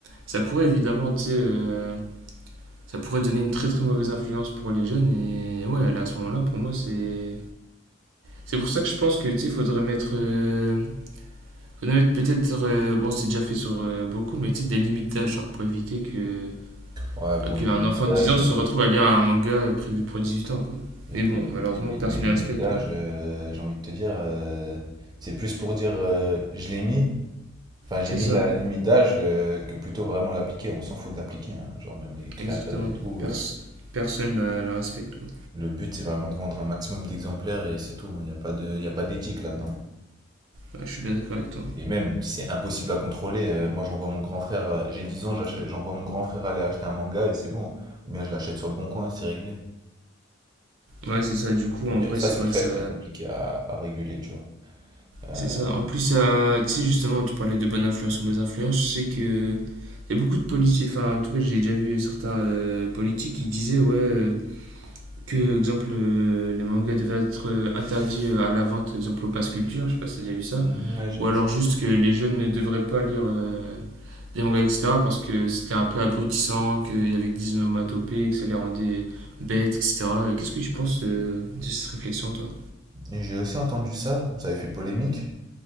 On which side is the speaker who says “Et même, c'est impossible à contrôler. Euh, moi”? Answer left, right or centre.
Right